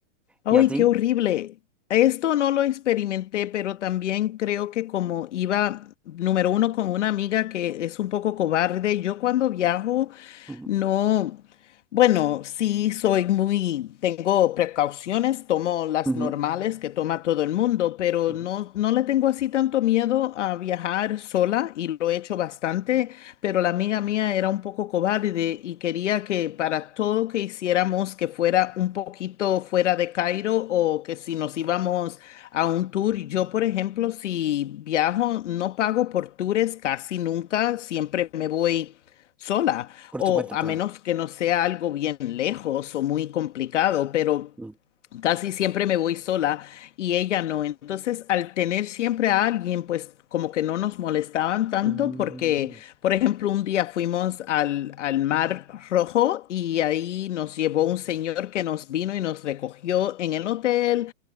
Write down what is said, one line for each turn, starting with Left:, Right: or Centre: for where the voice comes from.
Left: ¡Ay,
Centre: ¿Y a ti?
Left: qué horrible! Esto no lo experimenté, pero también creo que como iba, número uno, con una amiga que es un poco cobarde, yo cuando viajo
Centre: Ujú,
Left: no, bueno, sí soy muy, tengo precauciones, tomo las
Centre: ujú,
Left: normales que toma todo el mundo, pero
Centre: ujú,
Left: no, no le tengo así tanto miedo a viajar sola y lo he hecho bastante pero la amiga mía era un poco cobarde y quería que para todo que hiciéramos que fuera un poquito fuera de Cairo o que si nos íbamos a un tour, yo por ejemplo, si viajo, no pago por tours casi nunca, siempre me voy sola
Centre: Por
Left: o
Centre: tu cuenta,
Left: a
Centre: claro.
Left: menos que no sea algo bien lejos o muy complicado, pero...
Centre: ujú.
Left: Casi siempre me voy sola y ella no. Entonces, al tener siempre a alguien, pues como que no nos molestaban tanto
Centre: Mm,
Left: porque, por ejemplo, un día fuimos al, al Mar Rojo y ahí nos llevó un señor que nos vino y nos recogió en el hotel